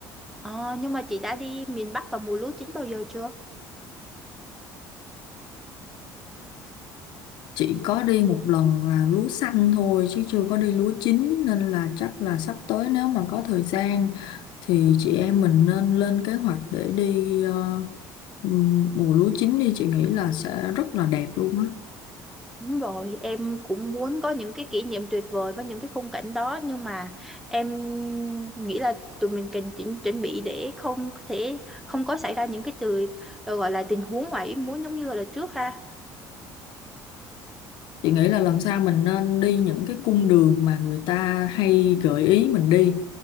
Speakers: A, in the centre; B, on the left.
A: ờ, nhưng mà chị đã đi miền Bắc vào mùa lúa chín bao giờ chưa?
B: Chị có đi một lần là lúa xanh thôi chứ chưa có đi lúa chín nên là chắc là sắp tới nếu mà có thời gian thì chị em mình nên lên kế hoạch để đi ờ, ừm, mùa lúa chín đi chị nghĩ là sẽ rất là đẹp luôn á.
A: Đúng rồi, em cũng muốn có những cái kỷ niệm tuyệt vời với những cái khung cảnh đó nhưng mà em nghĩ là tụi mình cần chuẩn, chuẩn bị để không thể không có xảy ra những cái từ ờ, gọi là tình huống ngoài ý muốn giống như là trước ha.
B: Chị nghĩ là lần sau mình nên đi những cái cung đường mà người ta hay gợi ý mình đi.